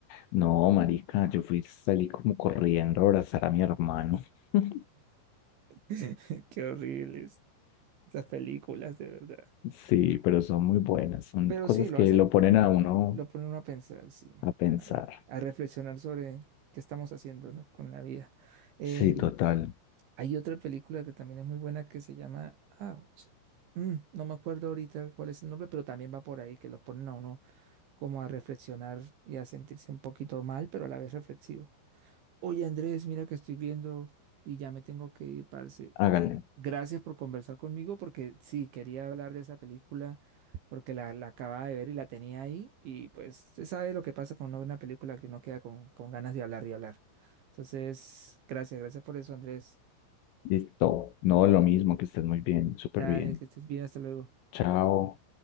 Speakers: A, on the left; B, on the right.
A: No, marica, yo fui, salí como corriendo a abrazar a mi hermano. <laughs>
B: <laughs> Qué horribles esas películas, de verdad.
A: Sí, pero son muy buenas, son
B: Pero
A: cosas
B: sí, lo
A: que
B: hacen.
A: lo ponen a uno
B: lo pone uno a pensar, sí,
A: a pensar.
B: a, a reflexionar sobre qué estamos haciendo, ¿no? con la vida. Eh,
A: Sí, total,
B: hay otra película que también es muy buena que se llama Ouch. Mm, no me acuerdo ahorita cuál es el nombre, pero también va por ahí, que los ponen a uno como a reflexionar y a sentirse un poquito mal, pero a la vez reflexivo. Oye, Andrés, mira que estoy viendo y ya me tengo que ir, parce.
A: háganle.
B: Gracias por conversar conmigo porque sí, quería hablar de esa película porque la, la acababa de ver y la tenía ahí y pues se sabe lo que pasa cuando uno ve una buena película que uno queda con, con ganas de hablar y hablar. Entonces, gracias, gracias por eso, Andrés.
A: Listo, no, lo mismo, que estés muy bien, súper
B: Dale,
A: bien.
B: que estés bien, hasta luego.
A: Chao.